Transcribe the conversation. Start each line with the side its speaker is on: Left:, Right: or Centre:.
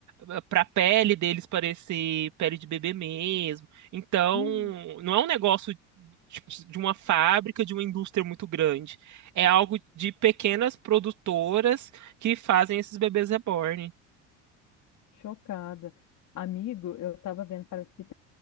Right: eh, pra pele deles parecer pele de bebê mesmo. Então,
Left: Hum,
Right: não é um negócio. tipo, de uma fábrica, de uma indústria muito grande. É algo de pequenas produtoras que fazem esses bebês reborn.
Left: chocada. Amigo, eu estava vendo, parece que está